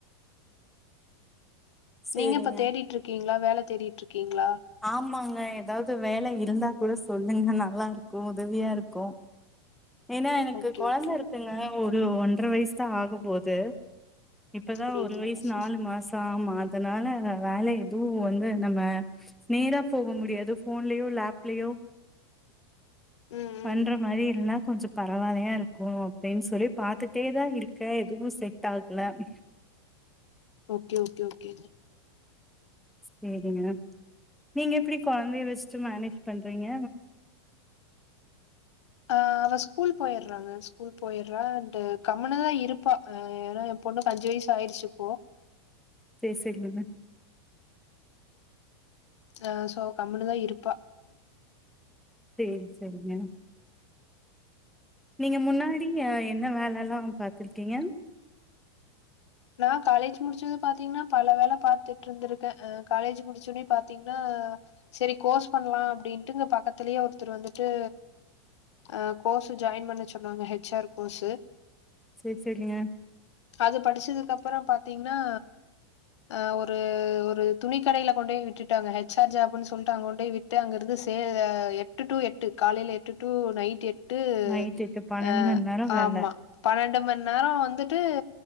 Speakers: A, in the centre; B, on the left.
A: சேரிங்க
B: நீங்க இப்ப தேடிட்டுருக்கீங்களா வேல தேடிட்டுருக்கீங்களா
A: ஆமாங்க ஏதாவது வேலையிருந்தா கூட சொல்லுங்க. நல்லாருக்கு உதவியா ருக்கு ஏனா எனக்கு
B: ஓகே
A: கொழந்த
B: ஓகே
A: இருக்குங்க. ஒரு ஒன்றரை வயசு தா ஆகபோது.. இப்பதா
B: அப்டிங்களா
A: ஒரு வயசு
B: செரி
A: நாலு
B: செ
A: மாசோ ஆமா அதனால வேலை எதுவு வந்து நம்ம நேரா போக முடியாது ஃபோன்லயோ இல்லே ஆப் லையோ
B: ம்
A: பண்ற
B: ம்
A: மாரி இருந்த கொஞ்சோ பரவால்லையா இருக்கு அப்டின்னு சொல்லி பாத்துட்டே தா இருக்கே எதுவு செட் ஆகல ம்
B: ஓகே ஓகே ஓகே
A: சேரிங்க நீங்க எப்டி கொழந்தையே வச்சுட்டு மேனேஜ் பண்றீங்க
B: ஆஹ் அவ ஸ்கூல் போயிருறாங்க ஸ்கூல் போயிடுறா அண்ட் கம்முனுதா இருப்பா அ ஏனா எ பொண்ணுக்கு அஞ்சு வயசு ஆயிடுச்சு இப்போ
A: சேரி சேரி லிம்மத்
B: ஆ சோ கம்முனுதா இருப்பா
A: சேரி செரிங்க நீங்க முன்னாடி அ என்ன வேலல்லா பாத்துருக்கீங்க
B: நா காலேஜ் முடிச்சது பாத்தீங்கன்னா பல வேல பாத்துட்டு ருந்திருக்கே காலேஜ் முடிச்சோ உடனே பாத்தீங்கன்னா செரி கோர்ஸ் பண்லா அப்டின்ட்டு இங்க பக்கத்திலயே ஒருத்தர் வந்துட்டு அ கோர்சே ஜாயின் பண்ண சொன்னாங்க ஹெச் ஆர் கோர்ஸு
A: சேரி சேரிங்க
B: அது படிச்சதுக்கு அப்பறோ பாத்தீங்கன்னா ஆ ஒரு ஒரு துணி கடையில கொண்டே விட்டுட்டாங்க ஹெச் ஆர் ஜாப்புனு சொல்லிட்டு அங்க கொண்டயே விட் ட்டு அங்கருந்து சே அ எட்டு டூ எட்டு காலேல எட்டு to night Ed to
A: night எட்டு பன்னெண்டு
B: அ
A: மண் நேரோ வேல
B: ஆமா பன்னெண்டு மணி நேரோ வந்துட்டு